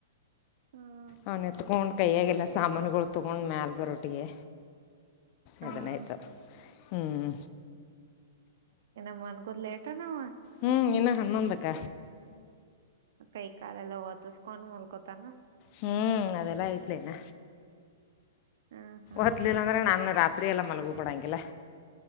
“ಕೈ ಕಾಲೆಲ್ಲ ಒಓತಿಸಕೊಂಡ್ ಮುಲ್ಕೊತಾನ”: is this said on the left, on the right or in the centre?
Right